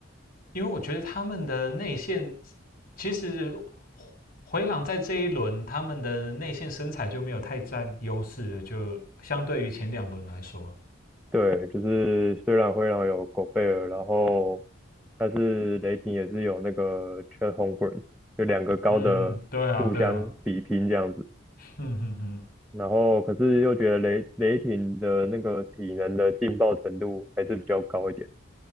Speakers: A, on the left; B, in the centre.
A: 因为我觉得他们的内线其实回朗在这一轮他们的内线身材就没有太占优势了就相对于前两轮来说。
B: 对，就是虽然灰狼有狗贝尔，然后但是雷霆也是有那个 Chet h o 就两个高的互相比拼这样子。
A: 嗯哼，对啊，对啊，嗯哼哼，
B: 然后可是又觉得雷雷霆的那个体能的劲爆程度还是比较高一点。